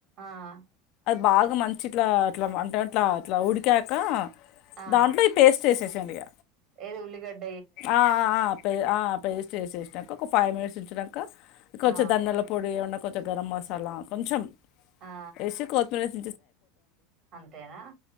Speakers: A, on the right (about 50°); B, on the left (about 60°).
A: ఆహ్
B: బాగా మంచి ఇట్లా అట్లా అంటే అట్లా ఇట్లా ఉడికాక.
A: ఆ
B: దాంట్లో ఈ పేస్ట్ ఎసేసి చండి గ
A: ఏది ఉల్లిగడ్
B: ఆహ్హ్హ్‌హ్‌ పె ఆహ్ పేస్ట్ వేసేసినాక ఒక ఫైవ్ మినిట్స్ ఉంచినాక కొంచెం
A: ఆ
B: ధన్యాల పొడి ఏవన్నా కొ చ గరం మసాలా కొంచెం
A: ఆ
B: ఎసి కొత్తిమీర్ ఇచ్
A: అంతేనా